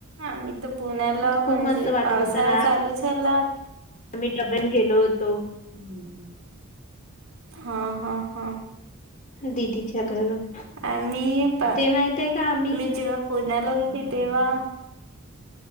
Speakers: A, on the right; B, on the left.
A: आम्ही तर पुण्याला
B: खूप
A: म्हणजे,
B: मस्त वाटत
A: पावसाळा
B: होत ना
A: चालूच झाला
B: आम्ही दडबण गेलो होतो.
A: हम्म हम् हा हा हा,
B: दिदीच्या घरून
A: आ मी पा,
B: ते माहितय का आम्ही
A: मी जेव्हा पुण्याला होती तेव्हा.